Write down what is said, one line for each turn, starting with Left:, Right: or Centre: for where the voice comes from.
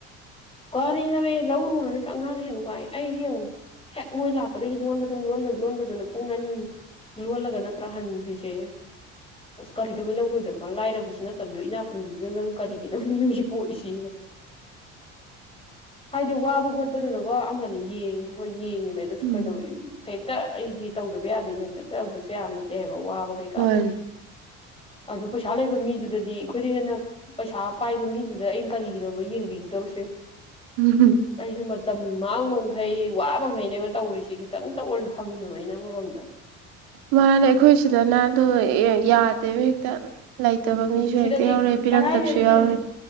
Left: ꯀꯔꯤꯅꯣꯃꯤ ꯂꯧꯔꯨꯅꯤ ꯑꯉꯥꯡ ꯍꯦꯟꯅ ꯋꯥꯏ ꯑꯩꯁꯦ ꯑꯃꯨꯛ ꯍꯦꯛ ꯃꯣꯏ ꯂꯥꯛꯄꯗꯒꯤ ꯂꯣꯟꯕꯗꯨ ꯂꯣꯟꯕ ꯂꯣꯟꯕꯗꯨꯅ ꯄꯨꯡ ꯑꯅꯤ ꯂꯣꯜꯂꯒ ꯅꯠꯇ꯭ꯔꯥ ꯍꯟꯈ꯭ꯔꯤꯁꯦ ꯑꯁ ꯀꯔꯤꯗꯧꯕꯩ ꯂꯧꯔꯣꯏꯗꯣꯏꯕ ꯂꯥꯏꯔꯕꯁꯨ ꯅꯠꯇꯕꯗꯣ ꯏꯅꯥꯛ ꯈꯨꯟꯕꯗꯨꯗ ꯅꯪ ꯀꯔꯤ ꯃꯤ ꯍꯧ ꯄꯣꯏꯁꯤ ꯍꯥꯏꯗꯤ ꯋꯥꯕ ꯈꯣꯠꯄꯗꯨꯅ ꯀꯣ ꯑꯃꯅꯦ ꯌꯦꯡꯉ ꯍꯣꯏ ꯌꯦꯡꯉꯤꯃꯦ ꯑꯗꯨꯁꯨ
Right: ꯎꯝ
Left: ꯀꯩꯗꯧꯋ ꯍꯦꯛ ꯍꯦꯛꯇ ꯑꯩꯒꯤ ꯇꯧꯗꯕ ꯌꯥꯗꯦꯅꯦ ꯍꯦꯛꯇ ꯇꯧꯕꯁꯨ ꯌꯥꯝꯅꯇꯦꯕ ꯋꯥꯕ ꯀꯩ ꯀꯥꯗꯗꯤ
Right: ꯍꯣꯏ
Left: ꯑꯗꯨ ꯄꯩꯁꯥ ꯂꯩꯕ ꯃꯤꯗꯨꯗꯗꯤ ꯑꯩꯈꯣꯏꯗ ꯍꯦꯟꯅ ꯄꯩꯁꯥ ꯄꯥꯏꯕ ꯃꯤꯗꯨꯗ ꯑꯩꯅ ꯀꯔꯤꯒꯤꯅꯣꯕ ꯌꯦꯡꯕꯤꯒꯗꯧꯔꯤꯁꯦ
Right: ꯎꯝ
Left: ꯑꯩꯁꯨ ꯃ ꯃꯇꯝ ꯃꯥꯡꯕ ꯃꯈꯩ ꯋꯥꯕ ꯃꯈꯩꯅꯦꯕ ꯇꯧꯔꯤꯁꯤ ꯈꯤꯇꯪꯇ ꯑꯣꯏꯔꯁꯨ ꯐꯪꯅꯕ ꯑꯩꯅ ꯑꯃꯔꯣꯝꯗ
Right: ꯃꯥꯅꯦ ꯑꯩꯈꯣꯏ ꯁꯤꯗꯅ ꯑꯗꯨ ꯌꯥꯗꯦꯕ ꯍꯦꯛꯇ ꯂꯩ ꯂꯩꯇꯕ ꯃꯤꯁꯨ
Left: ꯁꯤꯗꯗꯤ
Right: ꯍꯦꯛꯇ ꯌꯥꯎꯔꯛꯏ ꯄꯤꯔꯛꯇꯕꯁꯨ
Left: ꯀꯔꯥꯏꯗꯅꯍꯦ
Right: ꯌꯥꯎꯋꯦ